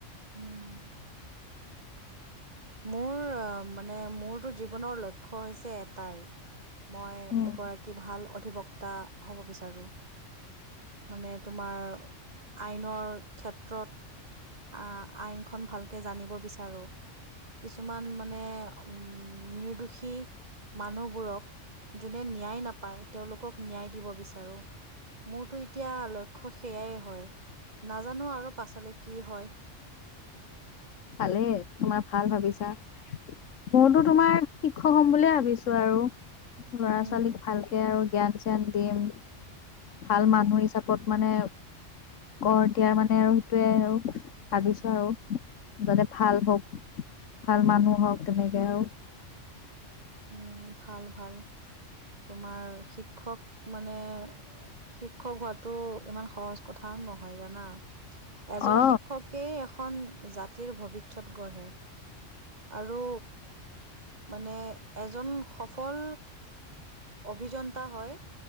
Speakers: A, on the right; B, on the left.
A: উম মোৰ অ মানে মোৰতো জীৱনৰ লক্ষ্য হৈছে এ টাই মই
B: উম।
A: এগৰাকী ভাল অধিবক্তা হব বিচাৰো। মানে তোমাৰ আইনৰ ক্ষেত্ৰত- আহ আইনখন ভালকে জানিব বিচাৰো কিছুমান- মানে উম নিৰ্দোষী মানুহবোৰক যোনে ন্যায় নাপা। ই তেওঁলোকক ন্যায় দিব বিচাৰো। মোৰতো এতিয়া লক্ষ্য সেয়াই হয় নাজানো আৰু পাছলে কি হয়।
B: ভালেই তোমাৰ ভাল ভাবিছা। ময়তো তোমাৰ শিক্ষক হ'ম বুলিয়ে ভাবিছো। আৰু ল'ৰা
A: উম।
B: ছোৱালীক ভালকে আৰু জ্ঞান চ্যান দিম ভাল মানুহ হিচা- পত মানে গঢ় দিয়াৰ মানে আৰু সেইটোৱে আৰু ভাবিছো। আৰু যাতে ভাল হওক ভাল মানুহ হওক। তেনেকে আৰু
A: উম ভাল ভাল- তোমাৰ শিক্ষক মানে শিক্ষক হোৱাতো ইমান সহজ- কথা নহয় জানা এজন
B: অ
A: শিক্ষকে এখন জা তিৰ ভৱিষ্যত গঢ়ে আৰু মানে। এজন সফল অভিযন্তা হয়